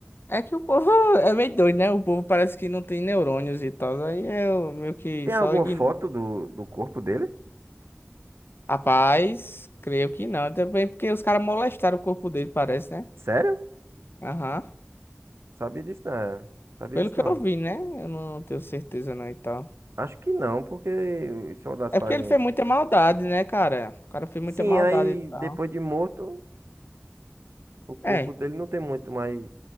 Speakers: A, on the left; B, on the right.
A: É que o povo <laughs> é meio doido, né? O povo parece que não tem neurônios e tal. Aí eu meio que
B: Tem
A: só
B: alguma
A: ignoro.
B: foto do, do corpo dele?
A: Rapaz, creio que não. Também porque os caras molestaram o corpo dele, parece, né?
B: Sério?
A: Aham.
B: Não sabia disso, não. Sabia
A: Pelo
B: disso,
A: que
B: não.
A: eu vi, né? Eu não tenho certeza não e tal.
B: Acho que não, porque os soldados
A: É
B: fariam
A: porque ele fez
B: isso.
A: muita maldade, né, cara? O cara fez muita
B: Sim,
A: maldade
B: aí
A: e tal.
B: depois de morto, o corpo
A: É.
B: dele não tem muito mais,